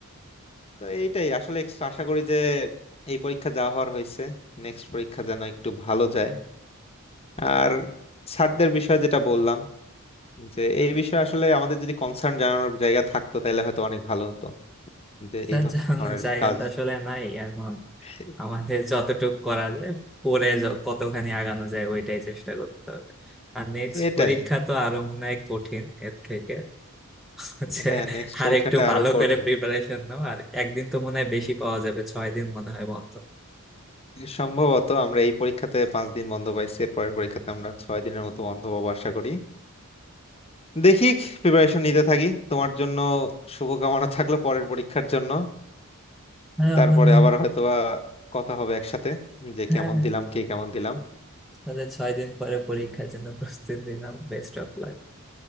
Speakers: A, on the left; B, in the centre.
A: তো এইটাই আসলে একটু আশা করি যে এই পরীক্ষা যা হওয়ার হয়েছে নেক্সট পরীক্ষা যেন একটু ভালো যায় আর স্যারদের বিষয়ে যেটা বললাম যে এই বিষয়ে আসলে আমাদের যদি কনসার্ন জানানোর জায়গা থাকতো তাহলে হয়তো অনেক ভালো হতো যে
B: স্যার
A: এই
B: জানানোর
A: ধরনের
B: জায়গা
A: কাজ
B: তো আসলে নাই এখন
A: এ-
B: আমাদের যতটুকু করা যায় পরে য- কতখানি আগানো যায় ওইটাই চেষ্টা করতে হবে আর নেক্সট
A: এটাই
B: পরীক্ষা তো আরো মনে হয় কঠিন এর থেকে হচ্ছে
A: হ্যাঁ নেক্সট
B: আর
A: পরীক্ষাটা
B: একটু ভালো
A: আরো কঠিন
B: করে প্রিপারেশন নাও আর একদিন তো মনে হয় বেশি পাওয়া যাবে ছয় দিন মনে হয় বন্ধ
A: সম্ভবত আমরা এই পরীক্ষাতে পাঁচ দিন বন্ধ পাইছি এর পরের পরীক্ষাতে আমরা ছয় দিনের মতো বন্ধ পাবো আশা করি দেখি প্রিপারেশন নিতে থাকি তোমার জন্য শুভকামনা থাকলো পরের পরীক্ষার জন্য
B: হ্যাঁ
A: তারপরে
B: বন্ধু
A: আবার হয়তোবা কথা হবে একসাথে যে কেমন
B: হ্যাঁ
A: দিলাম কে কেমন দিলাম
B: তাহলে ছয় দিন পরে পরীক্ষার জন্য প্রস্তুতি নিলাম বেস্ট অফ লাক